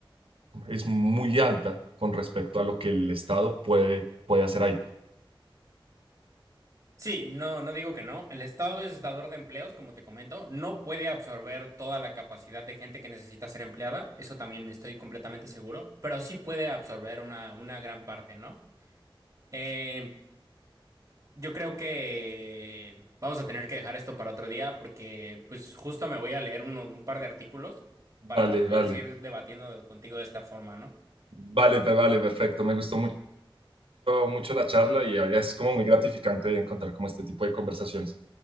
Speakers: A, on the right; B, on the right.
A: es muy alta con respecto a lo que el Estado puede, puede hacer ahí.
B: Sí, no, no digo que no. El Estado es dador de empleos, como te comento. No puede absorber toda la capacidad de gente que necesita ser empleada. Eso también estoy completamente seguro. Pero sí puede absorber una, una gran parte, ¿no? Eh, yo creo que vamos a tener que dejar esto para otro día porque pues justo me voy a leer uno- un par de artículos
A: Vale,
B: para poder
A: vale,
B: seguir debatiendo contigo de esta forma, ¿no?
A: vale, pe- vale, perfecto. Me gustó mucho, mucho la charla y es como muy gratificante encontrar como este tipo de conversaciones.